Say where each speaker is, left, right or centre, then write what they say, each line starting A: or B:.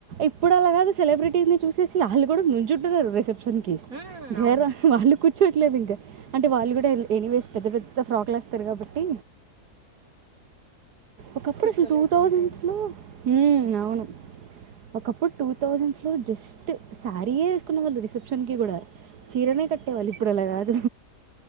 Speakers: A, on the right; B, on the right.
A: ఇప్పుడు అలాగాదు సెలబ్రిటీస్ ని చూసేసి వాళ్ళ కూడా నుంచుారు రెసెప్ట్ షన్కి
B: హ్మ్ అవును
A: ర వాళు కు చెలే వింగర్ అంటే వాళ్ళు కూడా ఎనీ వేస్ పెద్ద పెద్ద ఫ్రాక్లు వేస్తారు కాబట్టి ఒకప్పుడు
B: కూర్చోలేకుంటారు
A: అసలు టూ థౌజండ్స్లో అవును ఒకప్పుడు టూ థౌజండ్స్లో జస్ట్ సారేసుకున్న షన్ కి కూడా చీరనే కట్ట అట్టే వాళ్ళు ఇప్పుడు అలా కాదు